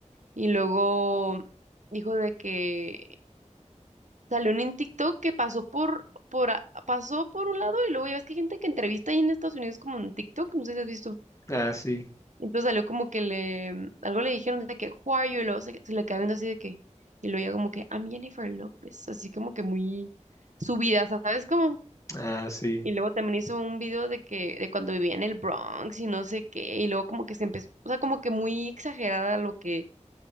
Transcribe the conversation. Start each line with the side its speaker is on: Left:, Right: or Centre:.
Right: y luego dijo de que salió un en TikTok que pasó por, por, a- pasó por un lado, y luego ya ves que hay gente que entrevista ahí en Estados Unidos como en TikTok, no sé si has visto.
Left: Ah, sí.
Right: Entonces salió como que le, mm, algo le dijeron de que, Who are you? Y luego se, se le queda viendo así de que, y luego ya como que, I'm Jennifer López, así como que muy subida, ¿sabes cómo?
Left: Ah, sí.
Right: Y luego también hizo un video de que, de cuando vivía en el Bronx y no sé qué, y luego como que se empezó, o sea, como que muy exagerada lo que